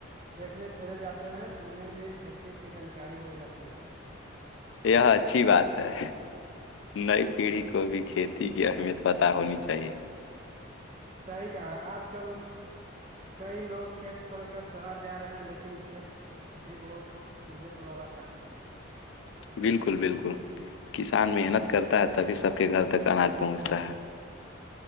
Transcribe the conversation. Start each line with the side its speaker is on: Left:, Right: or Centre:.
Right: دیکھنے چلے جاتے ہیں انہیں بھی کھیتی کی جانکاری ہو جاتی ہے
Left: یہ اچھی بات ہے نئی پیڑھی کو بھی کھیتی کی اہمیت پتہ ہونی چاہیے
Right: صحیح کہ آج کل کئی لوگ کھیت چھوڑ کر شہر جا رہے ہیں لیکن کھیت یہ بہت عزت والا کام ہے
Left: بالکل بالکل کسان محنت کرتا ہے تبھی سب کے گھر تک اناج پہنچتا ہے